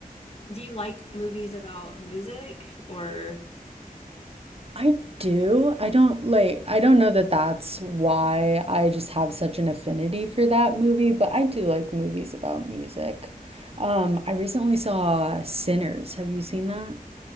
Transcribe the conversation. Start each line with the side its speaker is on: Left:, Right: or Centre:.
Left: do you like movies about music or
Right: I do. I don't like I don't know that that's why I just have such an affinity for that movie, but I do like movies about music. Um, I recently saw Sinners. Have you seen that?